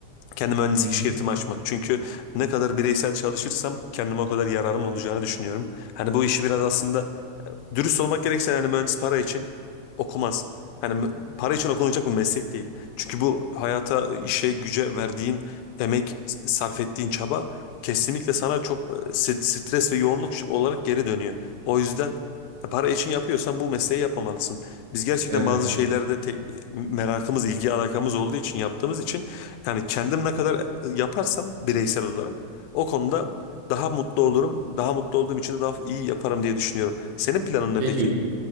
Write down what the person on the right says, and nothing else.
Hı hı.
Evet
evet.
Şey
diyorsun,